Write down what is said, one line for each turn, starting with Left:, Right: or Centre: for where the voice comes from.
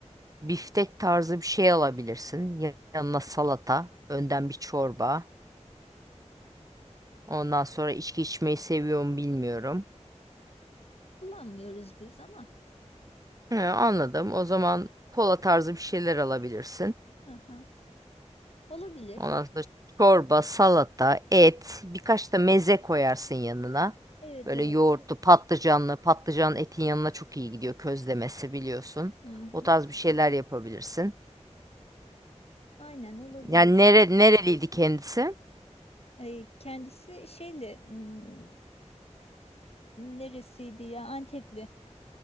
Right: biftek tarzı bir şey alabilirsin. Ya- Yanına salata, önden bir çorba. Ondan sonra içki içmeyi seviyorum bilmiyorum.
Left: Kullanmıyoruz biz ama.
Right: He, anladım. O zaman kola tarzı bir şeyler alabilirsin.
Left: Aha. Olabilir.
Right: Ondan sonra çorba, salata, et, birkaç da meze koyarsın yanına.
Left: Evet
Right: Böyle
Left: evet.
Right: yoğurtlu, patlıcanlı, patlıcan etin yanına çok iyi gidiyor közlemesi biliyorsun.
Left: Hı hı.
Right: O tarz bir şeyler yapabilirsin.
Left: Aynen olabilir.
Right: Yani nere, nereliydi kendisi?
Left: Ee, kendisi şeyli hmm, neresiydi ya Antepli.